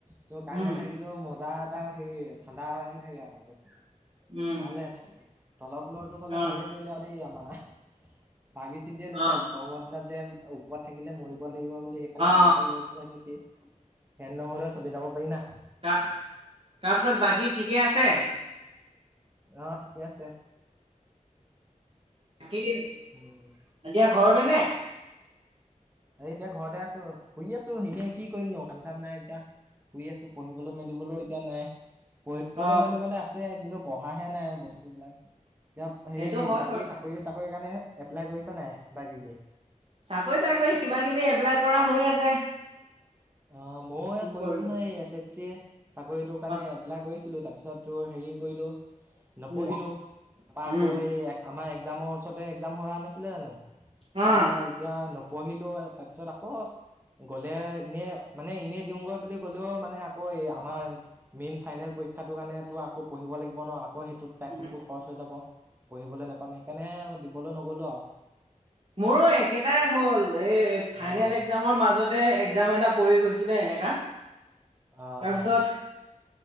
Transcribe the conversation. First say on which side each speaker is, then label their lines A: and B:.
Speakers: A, on the right; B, on the right.
A: ত কাৰেন্ট
B: উম
A: নাথাকিলেও মজাত হেই ঠাণ্ডা আহি থাকে অকল বস্তুটো
B: উম
A: ভালে থাকে তলৰ ফ্লৱৰটো ল'লে
B: অ
A: ভালে কৰিলে দেই আমাৰ ভাবি চিন্তিয়ে লৈছে
B: অ
A: গৰমৰ দিনত যেন ওপৰত থাকিলে মৰিব লাগিব বুলি সেইকাৰণে
B: অ
A: তলতে লৈ যাই নেকি ফেন নহলেও চলি যাব পাৰি না।
B: তা-তাৰপিছত বাকী ঠিকে আছে?
A: অ, ঠিকে আছে।
B: কিন
A: উম।
B: এতিয়া ঘৰতে নে?
A: এ এতিয়া ঘৰতে আছো শুই আছো এনেই কি কৰিম নো কাম-চাম নাই এতিয়া। শুই আছো পঢ়িবলো-মেলিবলৈও এতিয়া নাই প পঢ়িবলে
B: অ
A: মেলিবলে আছে কিন্তু পঢ়াহে নাই বস্তুবিলাক এতিয়া
B: সেইটো
A: হেৰি
B: হয়
A: বাকী
B: বাৰু
A: চাক কৰি তাকৰি কাৰণে এপ্লাই কৰিছা নাই কিবা কিবি
B: চাকৰি তাকৰি কিবা কিবি এপ্লাই কৰা হৈ আছে
A: অ ময়ো
B: কি
A: কৰিছিলো
B: কৰিম
A: নহয় এই এছ এছ চি চাকৰিটোৰ কাৰণে
B: অ
A: এপ্লাই কৰিছিলো তাৰপিছত হেৰি কৰিলো নপঢ়িলো
B: উম
A: তাপা
B: উম
A: আকৌ এই আমাৰ একজামৰ ওচৰতে একজাম হোৱা নাছিলে জানো
B: অ
A: আহ এতিয়া নপঢ়িলো তাৰপিছত আকৌ গ'লে এনে মানে এনে দিউগৈ বুলি গ'লেও মানে আকৌ এই আমাৰ মেইন ফাইনেল পৰীক্ষাটোৰ কাৰণে তো আকৌ পঢ়িব লাগিব ন' আকৌ তে সেইটোত টাইমটো
B: উম।
A: খৰচ হৈ যাব। পঢ়িবলে নেপাম সেইকাৰণে দিবলৈ নগলো আও
B: মোৰো একেটাই হ'ল এই ফাইনেল
A: অ'
B: এক একজামৰ মাজতে একজাম এটা পৰি গৈছিলে এনেকা
A: অ'
B: তাৰপিছত
A: অ'